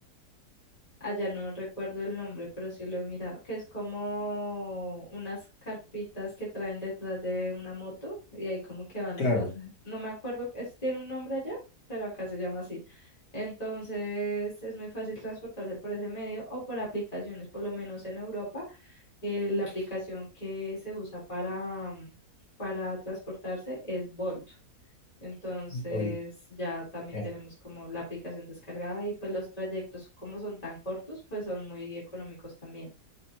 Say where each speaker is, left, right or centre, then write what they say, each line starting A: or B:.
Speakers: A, on the left; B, on the left.
A: allá no recuerdo el nombre, pero sí lo he mirado, que es como unas carpitas que traen detrás de una moto y ahí como que van los
B: Claro,
A: pasajeros. No me acuerdo, es, tiene un nombre allá, pero acá se llama así. Entonces es muy fácil transportarse por ese medio o por aplicaciones, por lo menos en Europa, eh, la aplicación que se usa para, mm, para transportarse es Bolt. Entonces
B: o el-
A: ya también
B: Ya.
A: tenemos como la aplicación descargada y pues los trayectos como son tan cortos, pues son muy económicos también.